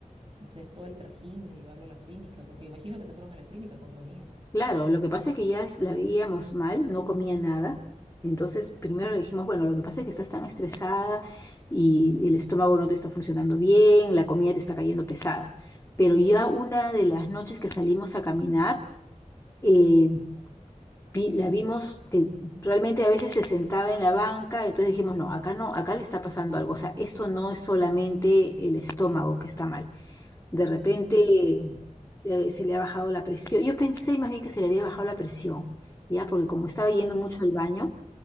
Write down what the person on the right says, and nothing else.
no sé, es todo el trajín de llevarlo a la clínica, porque imagino que se fueron a la clínica con tu amiga.
Ujú,
¿Ya?